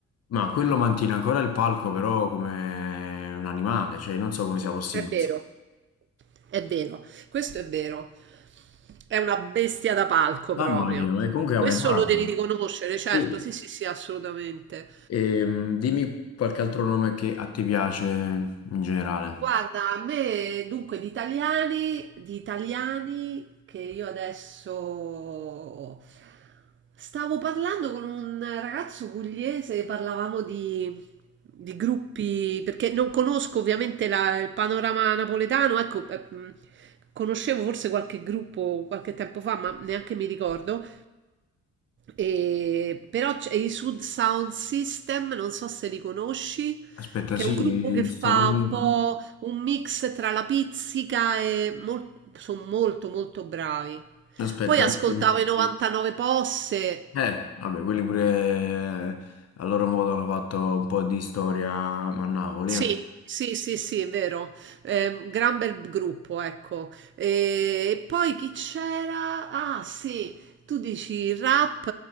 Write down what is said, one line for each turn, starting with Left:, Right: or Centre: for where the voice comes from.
Left: ma quello mantiene ancora il palco però come un animale, cioè non so come sia possibile.
Right: è vero, è vero, questo è vero. È una bestia da palco
Left: Mamma
Right: proprio.
Left: mia, ma comunque ha
Right: Questo
Left: un'età.
Right: lo devi riconoscere, certo,
Left: Sì,
Right: sì, sì, sì, assolutamente.
Left: Ehm, dimmi qualche altro nome che a te piace in generale.
Right: Guarda, a me dunque di italiani, di italiani che io adesso stavo parlando con un ragazzo pugliese, parlavamo di, di gruppi, perché non conosco ovviamente la- il panorama napoletano, ecco, eh, mh, conoscevo forse qualche gruppo qualche tempo fa, ma neanche mi ricordo. E- però c'è i Sud Sound System, non so se li conosci,
Left: Aspetta,
Right: che
Left: sì,
Right: è un gruppo che fa
Left: sto nome...
Right: un po' un mix tra la pizzica e sono molto molto bravi.
Left: Aspetta,
Right: Poi ascoltavo
Left: eh,
Right: i 99 Posse,
Left: eh, vabbè, quelli pure eh, a loro modo hanno fatto un po' di storia a Napoli.
Right: Sì,
Left: Eh,
Right: sì, sì, sì, è vero. Ehm, gran bel gruppo, ecco. E, e poi chi c'era? Ah, sì, tu dici rap,